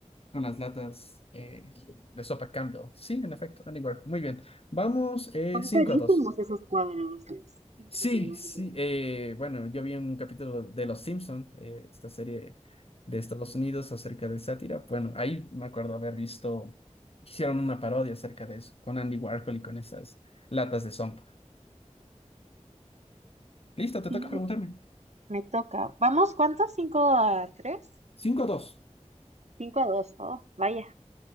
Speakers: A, on the left; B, on the right.
A: con las latas eh, de sopa Campbell. Sí, en efecto, Andy Warhol. Muy bien. Vamos eh,
B: Son
A: 5
B: carísimos
A: a dos
B: esos cuadros. Es impresionante.
A: Sí, sí, eh, bueno, yo vi un capítulo de Los Simpson, eh, esta serie de Estados Unidos acerca de sátira. Bueno, ahí me acuerdo haber visto, hicieron una parodia acerca de eso, con Andy Warhol y con esas latas de sopa. Listo, te
B: Sí,
A: toca preguntarme.
B: me toca. ¿Vamos cuántos? ¿Cinco a tres?
A: Cinco dos.
B: Cinco a dos. Oh, vaya,